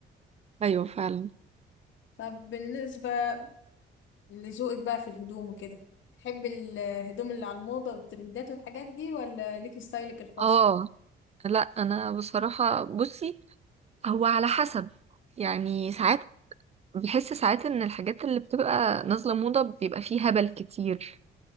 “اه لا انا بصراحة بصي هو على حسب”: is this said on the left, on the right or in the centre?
Right